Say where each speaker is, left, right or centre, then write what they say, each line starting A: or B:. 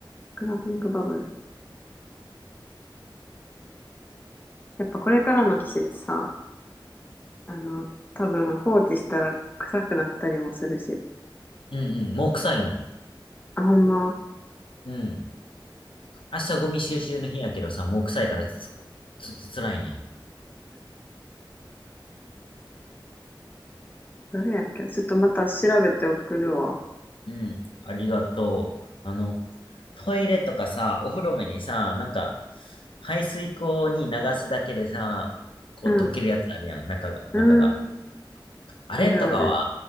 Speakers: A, on the left; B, on the left.
A: クラビングバブル。やっぱこれからの季節さ、あの、多分放置したら臭くなったりもするし。
B: うん、うん、もう臭いもん。
A: あ、ほんま。
B: うん。明日ゴミ収集の日やけどさ、もう臭いからつちょっと辛いね。
A: どれやっけちょっとまた調べて送るわ。
B: うん。ありがとう。あの、トイレとかさ、お風呂目にさ、なんか、排水口に流すだけでさ、こう溶けるやつあるやん、
A: うん。
B: 中が、
A: うん。
B: 中が。あれとかは、
A: あるある。